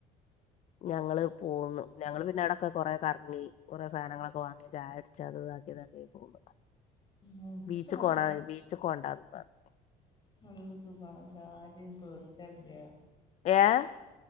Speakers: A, on the left (about 45°); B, on the left (about 30°).
A: ഞങ്ങള് പോന്ന്. ഞങ്ങള് പിന്നെ അവടൊക്കെ കൊറെ കർങ്ങി കൊറേ സാനങ്ങളക്കൊ വാങ്ങി. ചായുട്ച്ച് അത് താക്കി ഇതാക്കി പോന്ന്
B: ഉം എനിക്കിപ്പോ
A: ബീച്ചകോണ
B: നല്ല
A: ബീച്ചകോണ്ടാന്നും പർഞ്ഞ്
B: നല്ല സുഖാണല്ലാര്യു പേട്ച്ചാല്യാ
A: ഏഹ്